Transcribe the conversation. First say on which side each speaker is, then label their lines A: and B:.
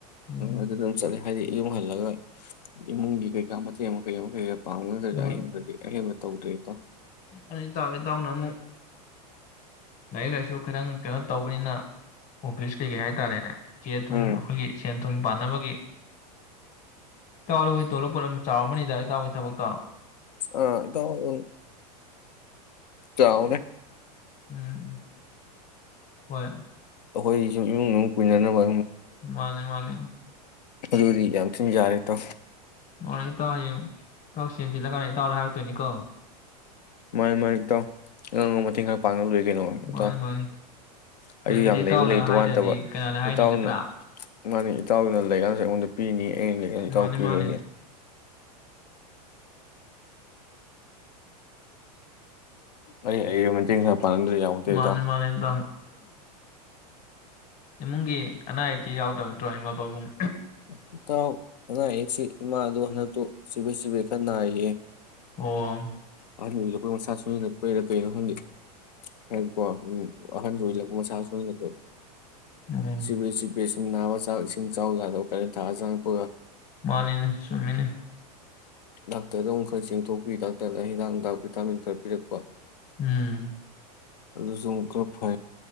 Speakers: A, on the left; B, on the left.
A: ꯎꯝ
B: ꯑꯗꯨ ꯑꯗꯨꯝ ꯆꯠꯂꯦ ꯍꯥꯏꯗꯤ ꯌꯨꯝ ꯍꯜꯂꯒ ꯏꯃꯨꯡꯒꯤ ꯀꯩꯀꯥ ꯃꯇꯦꯡ ꯑꯃ ꯀꯩ ꯑꯃ ꯀꯩꯀꯩ ꯄꯥꯝꯅꯗ꯭ꯔꯁꯨ
A: ꯍꯣꯏ
B: ꯑꯍꯦꯟꯕꯗꯤ ꯑꯍꯦꯟꯕ ꯇꯧꯗꯦꯀꯣ
A: ꯑꯗꯨ ꯏꯇꯥꯎ ꯏꯇꯥꯎꯅ ꯑꯃꯨꯛ ꯂꯥꯏꯔꯤꯛ ꯂꯩꯁꯨ ꯈꯇꯪ ꯀꯩꯅꯣ ꯇꯧꯕꯅꯤꯅ ꯑꯣꯐꯤꯁ ꯀꯩꯀꯩ ꯍꯥꯏꯇꯥꯔꯦꯅꯦ ꯆꯦ ꯊꯨꯝ
B: ꯎꯝ
A: ꯑꯩꯈꯣꯏꯒꯤ ꯁꯦꯟ ꯁꯨꯝ ꯄꯥꯟꯅꯕꯒꯤ ꯇꯥꯎ ꯑꯗꯨꯒꯤ ꯇꯣꯂꯞ ꯄꯣꯠꯂꯝ ꯆꯥꯎꯔꯝꯃꯅꯤꯗ ꯏꯇꯥꯎꯒꯤ ꯊꯕꯛꯇꯣ
B: ꯑꯥ ꯏꯇꯥꯎ ꯎꯝ ꯇꯥꯎꯅꯦ
A: ꯎꯝ ꯍꯣꯏ
B: ꯑꯩꯈꯣꯏꯁꯨ ꯏꯃꯨꯡ ꯃꯅꯨꯡ ꯄꯨꯏꯅꯅꯕ
A: ꯃꯥꯅꯤ ꯃꯥꯅꯤ
B: ꯑꯗꯨꯗꯤ ꯌꯥꯝ ꯊꯤꯅ ꯌꯥꯔꯦ ꯏꯇꯥꯎ
A: ꯃꯥꯅꯤ ꯏꯇꯥꯎ ꯍꯌꯦꯡ ꯏꯇꯥꯎ ꯁꯦꯟ ꯆꯤꯜꯂꯀꯥꯟꯗ ꯏꯇꯥꯎꯗ ꯇꯣꯏꯅꯤꯀꯣ
B: ꯃꯥꯅꯤ ꯃꯥꯅꯤ ꯏꯇꯥꯎ ꯑꯉꯝ ꯑꯉꯝꯕ ꯃꯇꯦꯡ ꯈꯔ ꯄꯥꯡꯅ ꯂꯣꯏꯔꯦ ꯀꯩꯅꯣ ꯏꯇꯥꯎ
A: ꯃꯥꯅꯤ ꯃꯥꯅꯤ
B: ꯑꯩꯁꯨ
A: ꯑꯩꯗꯤ
B: ꯌꯥꯝ
A: ꯏꯇꯥꯎꯗ
B: ꯂꯩꯕ ꯂꯩꯇꯕꯩ
A: ꯍꯥꯏꯗ꯭ꯔꯗꯤ
B: ꯋꯥꯅꯠꯇꯕ
A: ꯀꯅꯥꯗ ꯍꯥꯏꯅꯤ
B: ꯏꯇꯥꯎꯅ
A: ꯅꯠꯇ꯭ꯔꯥ
B: ꯃꯥꯅꯤ ꯏꯇꯥꯎꯅ ꯂꯩꯔꯤꯀꯥꯟꯅꯁꯨ ꯑꯩꯉꯣꯟꯗ ꯄꯤꯅꯤ ꯑꯩꯅ ꯂꯩꯀꯥꯟꯗ ꯏꯇꯥꯎ
A: ꯃꯥꯅꯤ
B: ꯄꯤ
A: ꯃꯥꯅꯤ
B: ꯂꯣꯏꯔꯦ ꯑꯩ ꯑꯩꯒꯤ ꯃꯇꯦꯡ ꯈꯔ ꯄꯥꯡꯅꯕꯗ ꯌꯥꯝ ꯃꯇꯦꯡ
A: ꯃꯥꯅꯦ
B: ꯏꯇꯥꯎ
A: ꯃꯥꯅꯦ ꯏꯇꯥꯎ ꯏꯃꯨꯡꯒꯤ ꯑꯅꯥ ꯑꯌꯦꯛꯇꯤ ꯌꯥꯎꯗꯕ ꯅꯠꯇ꯭ꯔꯣ ꯏꯃꯥ ꯄꯥꯕꯨꯡ
B: <inaudible> ꯏꯇꯥꯎ ꯑꯅꯥ ꯑꯌꯦꯛꯁꯤ ꯏꯃꯥꯗꯣ ꯍꯟꯗꯛꯇꯨ ꯆꯤꯕꯦꯠ ꯆꯤꯕꯦꯠ ꯈꯔ ꯅꯥꯔꯤꯌꯦ
A: ꯑꯣ
B: ꯑꯍꯟꯗ ꯑꯣꯏꯜꯂꯛꯄ ꯃꯁꯥ ꯁꯣꯏꯁꯤꯜꯂꯛꯄꯩꯔꯥ ꯀꯩꯅꯣ ꯈꯪꯗꯦ ꯍꯥꯏꯗꯤꯀꯣ ꯎ ꯑꯍꯟꯗ ꯑꯣꯏꯜꯂꯛꯄ ꯃꯁꯥ ꯁꯣꯏꯖꯤꯜꯂꯛꯄ
A: ꯎꯝ
B: ꯁꯤꯃꯦꯟꯁꯤ ꯁ ꯅꯥꯕ ꯆꯥꯛ ꯏꯁꯤꯡ ꯆꯥꯎ ꯌꯥꯗꯧ ꯀ ꯊꯥꯖꯪ ꯄꯨ <inaudible>
A: ꯃꯥꯅꯤꯅ ꯆꯨꯝꯃꯤꯅ
B: ꯗꯥꯛꯇꯔꯗ ꯑꯃꯨꯛ ꯈꯔ ꯆꯦꯡꯊꯣꯛꯄꯤ ꯗꯥꯛꯇꯔꯅ ꯍꯤꯗ ꯍꯤꯗꯥꯛ ꯚꯤꯇꯥꯃꯤꯟ ꯈꯔ ꯄꯤꯔꯛꯄ
A: ꯎꯝ
B: ꯑꯗꯨ ꯁ ꯀ꯭ꯔꯞ ꯐ